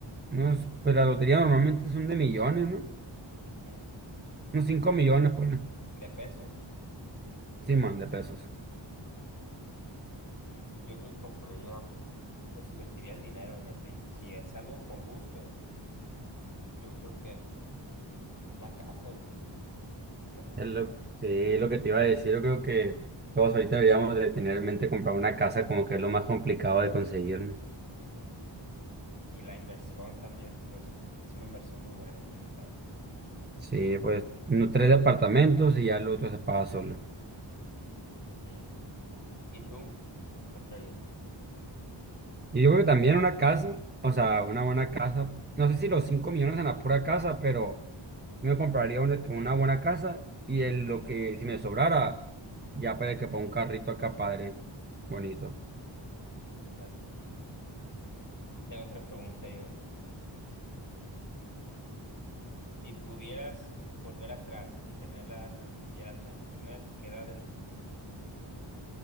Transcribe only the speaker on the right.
no, es- pues la lotería normalmente son de millones, ¿no?
Unos 5 millones, ponle.
Simón, de pesos.
Es lo- sí, lo que te iba a decir, yo creo que todos ahorita deberíamos de tener en mente comprar una casa como que es lo más complicado de conseguir, ¿no?
Sí, pues no, tres departamentos y ya el otro se paga solo.
Y yo creo que también una casa, o sea, una buena casa. No sé si los 5 millones en la pura casa, pero... Yo me compraría una, una buena casa y el- lo que, si me sobrara, ya para que ponga un carrito acá, padre. Bonito.